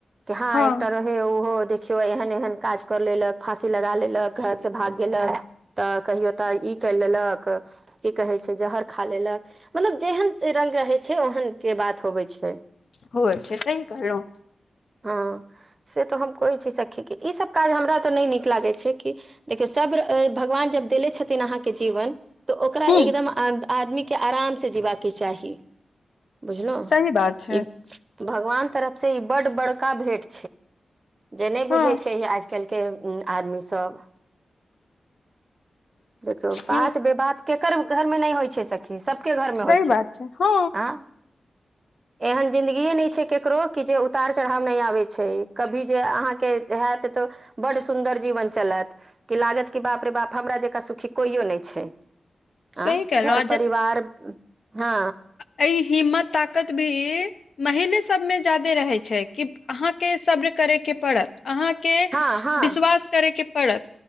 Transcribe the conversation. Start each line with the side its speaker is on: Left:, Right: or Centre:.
Right: कि हा
Left: हँ
Right: एक ओहो देखियो एहन एहन काज कर लेलक फांसी लगा लेलक घर से भाग गेलक तऽ कहियो तऽ ई करि लेलऽ कऽ कि कहै छै जहर खा लेलऽ कऽ मतलब जेहन रंग रहै छै ओहनके बात होबै छै
Left: हो छै तऽ सही कहलो
Right: ह से तऽ हम कहै छी सखीके ईसभ काज हमरा तऽ नहि नीक लागैत छै कि। देखियौ सभ भगवान जब देले छथिन। अहाँकेँ जीवन तऽ ओकरा
Left: हूँ
Right: एकदम आदमी के आरामसँ जीबा के चाही बुझलहु
Left: सही बात छै
Right: ई भगवान तरफ से ई बड़ बड़का भेट जे नहि
Left: हँ
Right: बुझै छै आज आदमी सभ देखियौ बात
Left: नीक
Right: वि बात केकर घरमे नहि होइ छै सखी सबके घरमे
Left: सही
Right: होइ
Left: बात
Right: छै।
Left: हँ
Right: आँं एहन जिंदगीए ने छै। केकरो कि जे उतार चढ़ाव नहि आबे छै। कभी जे अहाँके हयत तऽ बड् सुन्दर जीवन चलत कि लागत कि बाप रे बाप हमरा जकाँ सुखी कोइओ नहि छै। आँ
Left: सही कहलौं
Right: घर परिवार हँ
Left: अइ हिम्मत ताकत भी महिले सभमे ज्यादे रहै छै। कि अहाँके शब्र करयके पड़त। अहाँके
Right: हँ हँ
Left: विश्वास करे के पड़त।